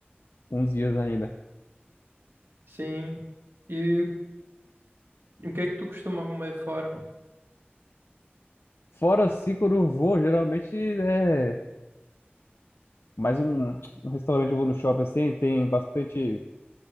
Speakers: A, on the left; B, on the right.
A: uns dias ainda.
B: Sim, e o que é que tu costuma comer fora?
A: Fora assim, quando eu vou, geralmente é. Mas um, um restaurante eu vou no shopping assim, tem bastante.